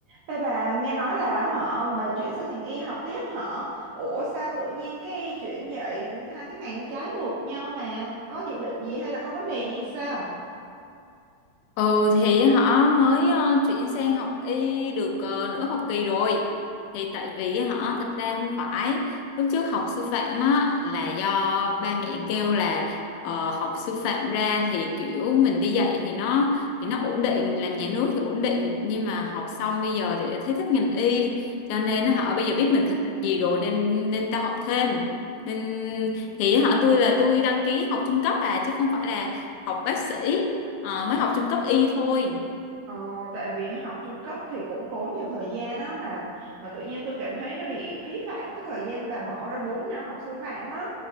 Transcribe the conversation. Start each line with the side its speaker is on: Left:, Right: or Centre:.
Right: Ê bà nghe nói là họ bà chuyển sang ngành y học tiếp hả? Ủa sao tự nhiên cái chuyện vậy hai cái ngành trái ngược nhau mà có dự định gì hay là có vấn đề gì sao?
Left: Ừ thì họ mới ờ, chuyển sang học y được ờ, nửa học kỳ rồi thì tại vì họ thật ra không phải lúc trước học sư phạm á là do ba mẹ kêu là ờ, học sư phạm ra thì kiểu mình đi dạy thì nó thì nó ổn định làm nhà nước thì ổn định nhưng mà học xong bây giờ thì lại thấy thích ngành y cho nên họ bây giờ biết mình thích gì rồi nên nên tao học thêm nên thì họ tôi là tôi đăng ký học trung cấp à chứ không phải là học bác sĩ Ờ, mới học trung cấp y thôi
Right: Ờ, tại vì học trung cấp thì cũng tốn nhiều thời gian á mà mà tự nhiên tôi cảm thấy nó bị phí phạm cái thời gian bà bỏ ra 4 năm học sư phạm á